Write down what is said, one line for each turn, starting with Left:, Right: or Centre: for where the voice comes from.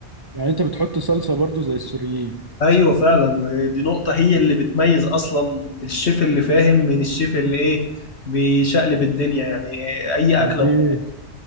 Right: يعني انت بتحط صلصه برضو زي السوريين
Left: ايوه فعلا دي نقطة هي اللي بتميز اصلا الشيف اللي فاهم من الشيف اللي ايه بيشقلب الدنيا يعني اي اكلة
Right: انا دي
Left: وخلاص